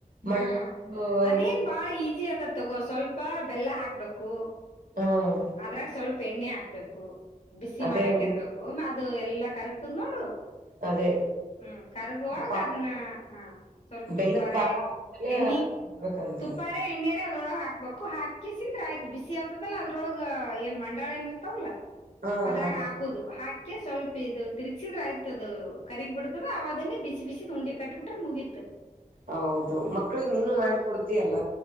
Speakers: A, on the left (about 70°); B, on the right (about 80°).
A: ಹ್ಮ್
B: ಮಣ್ಣು
A: ಅದೇನ್ ಬಾಳ ಈಜಿ ಅದ ತಗೋ ಸ್ವಲ್ಪ ಬೆಲ್ಲ ಹಾಕ್ಬೇಕು.
B: ಹ್ಮ್
A: ಅದ್ರಾಗ ಸ್ವಲ್ಪ ಎಣ್ಣೆ ಹಾಕ್ಬೇಕು ಬಿಸಿ
B: ಅದೇ
A: ಮಾಡಕ್
B: ಊರ್
A: ಇಡ್ಬೇಕು. ಅದು ಎಲ್ಲಾ ಕರಗ್ತದ್ ನೋಡು
B: ಅದೇ
A: ಹ್ಮ್ ಕರ್ಗುವಾಗ
B: ಪಾ
A: ಅದನ್ನ ಹಾ ಸ್ವಲ್ಪ
B: ಬೆಲ್ಲದ
A: ತುಪ್ಪಾರೆ
B: ಪಾಕ ಮೇಲೆ
A: ಎಣ್ಣಿ.
B: ಇಡ್ಬೇಕಂತದ
A: ತುಪ್ಪಾರ ಎಣ್ಣೇರ ಅದ್ರೊಳಗ್ ಹಾಕ್ಬೇಕು ಹಾಕಿ ಸಿದ್ರ ಆಯ್ತು ಬಿಸಿ ಆತದಲ್ಲ ಅದ್ರೊಳ ಏನ್ ಮಂಡಾಳ ಏನು ಇರ್ತಾವಲ್ಲಾ.
B: ಹಾ
A: ಅದ್ರಾಗ
B: ಹಾ
A: ಹಾಕುದು ಹಾಕಿ ಸ್ವಲ್ಪ ಇದು ತಿರ್ಗ್ಸಿದ್ರೆ ಆಯ್ತದದು ಕರಿಗ್ ಬಿಡತದ ಅವ ಅದನ್ನೇ ಬಿಸಿ ಬಿಸಿದ್ ಉಂಡಿ ಕಟ್ಬು ಬಿಟ್ರೆ ಮುಗಿತ್ತು.
B: ಹೌದು ಮಕ್ಳಿಗೆ ನೀನು ಮಾಡಿ ಕೊಡ್ತಿಯಲ್ಲ.